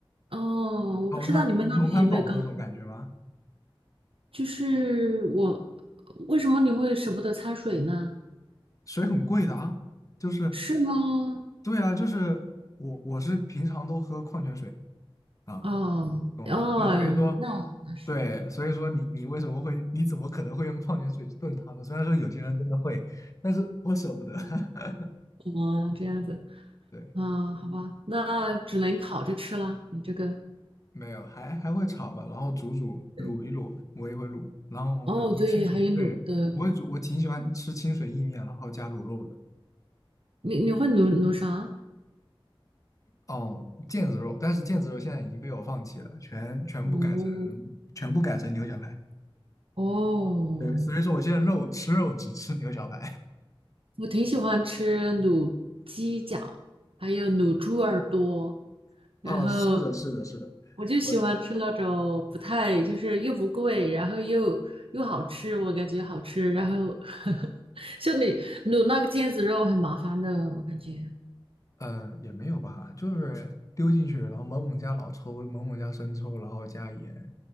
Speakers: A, on the right; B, on the left.
A: 哦，我不知道你们那边有没有高汤，
B: 高滩龙潭堡那种感觉吗？
A: 就是我为什么你会舍不得掺水呢？
B: 水很贵的啊，就是
A: 是吗？
B: 对啊，就是我我是平常都喝矿泉水啊，
A: 哦哦，
B: 懂了吧？那所以说，
A: 那那是。
B: 对，所以说你你为什么会，你怎么可能会用矿泉水去炖汤呢？虽然说有些人真的会，但是我舍不得。<laughs>
A: 哦，这样子。
B: 对，
A: 啊，好吧，那只能烤着吃了。你这个，
B: 没有，还还会炒吧，然后煮煮卤一卤，
A: 对
B: 我也会卤。然后比如说清水，
A: 哦，对，还有卤的，
B: 对，我会煮，我挺喜欢吃清水意面，然后加卤肉的。
A: 你你会卤卤啥？
B: 哦，腱子肉，但是腱子肉现在已经被我放弃了，全全部改成全部改成牛小排。
A: 卤哦，
B: 对，所以说我现在肉吃肉只吃牛小排。
A: 我挺喜欢吃卤鸡脚，还有卤猪耳朵，
B: <laughs>
A: 然后
B: 啊，是的，是的，是的，
A: 我就喜欢吃那种不太，
B: 我
A: 就是又不贵，然后又又好吃，我感觉好吃。然后 <laughs> 像你卤那个腱子肉很麻烦的，我感觉。
B: 嗯也没有吧，就是丢进去，然后猛猛加老抽，猛猛加生抽，然后加盐，